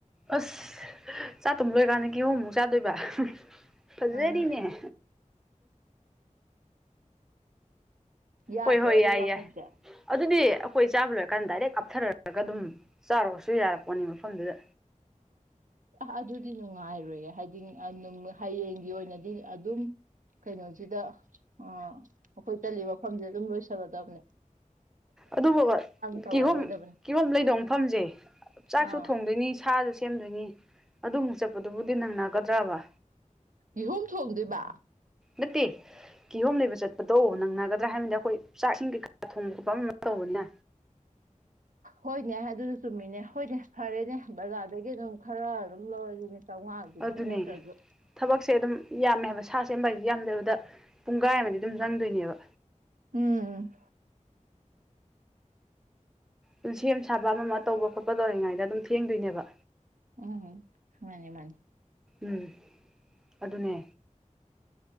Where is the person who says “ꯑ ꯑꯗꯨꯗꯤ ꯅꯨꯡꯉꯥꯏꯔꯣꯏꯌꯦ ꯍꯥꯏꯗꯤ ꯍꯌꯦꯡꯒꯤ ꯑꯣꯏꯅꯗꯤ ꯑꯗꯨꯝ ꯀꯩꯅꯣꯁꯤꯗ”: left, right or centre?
Right